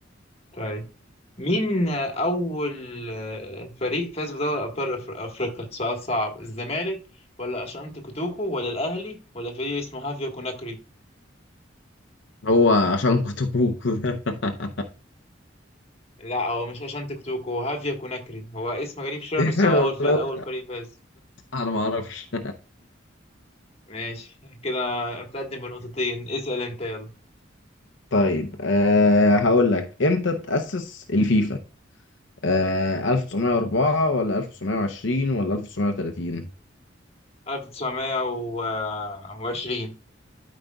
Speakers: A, on the left; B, on the left.
A: طيب مين أول آه، فريق فاز بدوري أبطال أفر- أفريقيا؟ سؤال صعب الزمالك ولا أشانتي كوتوكو ولا الأهلي ولا فريق اسمه هافيا كوناكري؟
B: هو عشان كتكوت <laughs>
A: لا هو مش أشانتي كوتوكو هو هافيا كوناكري هو اسم غريب شوية بس
B: انا
A: هو أول فريق
B: أنا قلت
A: أول فريق فاز
B: انا ما اعرفش
A: ماشي كده متقدم بنقطتين اسأل أنت يلا
B: طيب أه هقول لك امتى تأسس الفيفا أه 1904 ولا 1920 ولا 1930
A: 1920